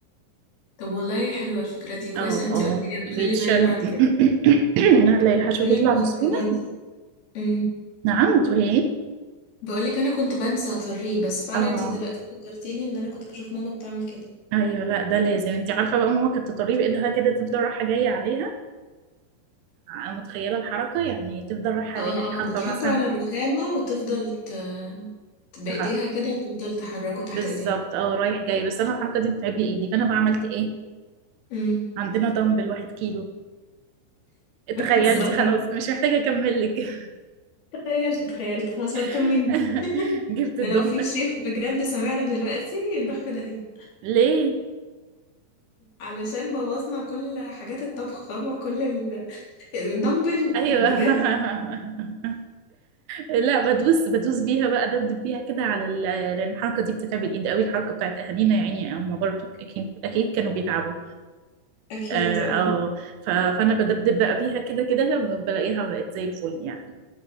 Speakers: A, on the left; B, on the right.
A: طب والله حلوه الفكره دي كويس
B: اه
A: ان انت
B: اه
A: قلت لي
B: بيتشال
A: بخلي بالي بعد كده
B: <clears throat> <coughs> هتلاقي الحشو
A: انا
B: بيطلع
A: كنت
B: بسهوله
A: بنسى امم
B: نعم بتقولي ايه
A: بقول لك انا كنت بنسى اطريه بس فعلا
B: اه
A: انت دلوقتي فكرتيني ان انا كنت بشوف ماما بتعمل كده
B: ايوه لا ده لازم انت عارفه بقى ماما كانت تطريه بايدها كده تفضل رايحه جايه عليها متخيلة الحركة يعني تفضل رايحة
A: اه
B: يعني حاطة
A: اه بتحط
B: مثلا
A: على الرخامه وتفضل ت... بايديها
B: تح-
A: كده تفضل تحركه تحت
B: بالظبط
A: ايديها
B: اه رايح جاي بس انا الحركة دي بتعب لي ايدي فانا بقى عملت ايه
A: امم
B: عندنا دمبل واحد كيلو تخيلتي
A: بالظبط
B: خلاص مش محتاجة اكمل لك
A: تخيلت تخيلت خلاص ما تكملي
B: <laughs> جبت
A: ده
B: الدمبل
A: لو في شيف بجد سمعنا دلوقتي نروح في داهية
B: ليه
A: علشان بوظنا كل حاجات الطبخ فاهمة كل ال- الدمبل
B: ايوه
A: بجد
B: <laughs> لا بدوس بدوس بيها بقى دبدب بيها كده على ال... لان الحركة دي بتتعب الايد قوي الحركة بتاعت اهالينا يعني هم برضو اكيد اكيد كانوا بيتعبوا
A: اكيد
B: اه
A: اه
B: آه. ف... فانا بدبدب بقى بيها كده كده بلاقيها بقت زي الفل يعني